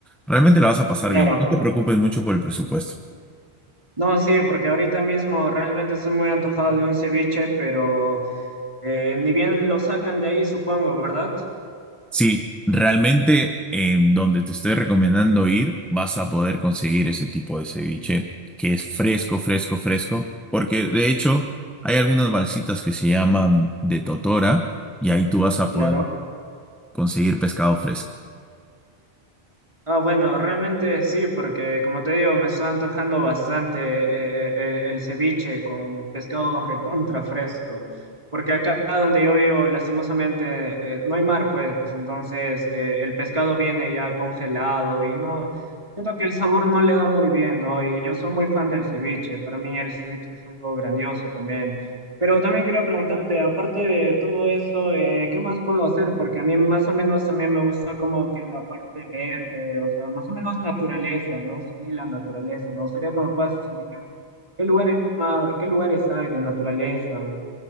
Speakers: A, in the centre; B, on the right.
A: realmente la vas a pasar
B: Claro.
A: bien. No te preocupes mucho por el presupuesto.
B: No, sí, porque ahorita mismo realmente estoy muy antojado de un ceviche, pero eh, ni bien lo sacan de ahí, supongo, ¿verdad?
A: Sí, realmente en donde te estoy recomendando ir, vas a poder conseguir ese tipo de ceviche que es fresco, fresco, fresco, porque de hecho hay algunas balsitas que se llaman de totora y ahí tú vas a
B: Claro.
A: poder conseguir pescado fresco.
B: Ah, bueno, realmente sí, porque como te digo, me está antojando bastante eh, eh, el, el ceviche con pescado recontra fresco, porque acá donde yo vivo, lastimosamente, eh, no hay mar, pues, entonces eh, el pescado viene ya congelado y no, siento que el sabor no le da muy bien, ¿no? Y yo soy muy fan del ceviche, para mí el ceviche es algo grandioso también. Pero también quería preguntarte, aparte de todo eso, eh, ¿qué más puedo hacer? Porque a mí más o menos también me gusta como que la parte verde, o sea, más o menos naturaleza, me gusta a mí la naturaleza. Me gustaría que me puedas indicar qué lugares más, qué lugares hay de naturaleza.